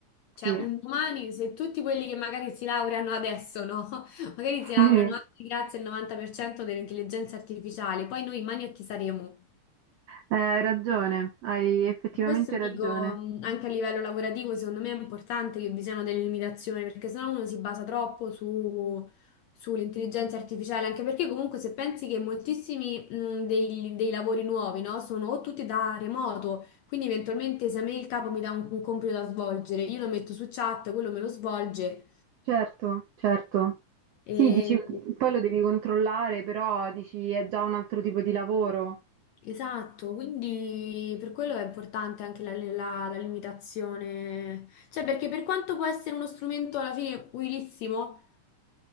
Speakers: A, on the left (about 75°); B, on the right (about 75°).
A: Cioè,
B: Sì,
A: un
B: <laughs>
A: domani, se tutti quelli che magari si laureano adesso, no? <laughs> Magari si laureano
B: sì, eh,
A: anche grazie al 90% dell'intelligenza artificiale, poi noi in mano a chi saremo?
B: hai ragione, hai effettivamente
A: Questo
B: ragione.
A: dico mh, anche a livello lavorativo, secondo me è importante che vi siano delle limitazioni, perché sennò uno si basa troppo su- sull'intelligenza artificiale, anche perché comunque se pensi che moltissimi mh, dei, dei lavori nuovi, no, sono o tutti da remoto, quindi eventualmente se a me il capo mi dà un, un compito da svolgere, io lo metto su chat, quello me lo svolge.
B: Certo, certo.
A: E...
B: Sì, dici, poi lo devi controllare, però dici è già un altro tipo di lavoro.
A: Esatto, quindi per quello è importante anche la, la- la limitazione, cioè perché per quanto può essere uno strumento alla fine utilissimo,